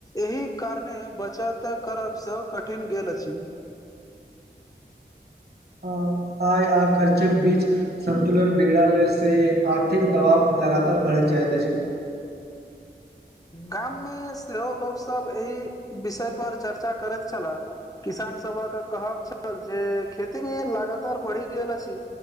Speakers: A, on the left; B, on the right.
A: एहि कारणे बचत करब सेहो कठिन गेल अछि
B: हाँ, आय आ खर्चक बीच संन्तुलन बिगड़ले से आर्थिक दबाव लगातार बढ़ि जाइत अछि
A: गाममे सेहो लोकसभ एहि विषयपर चर्चा करैत छलाह किसान सबक कहब छल जे खेती मे लगातार बढ़ि गेल अछि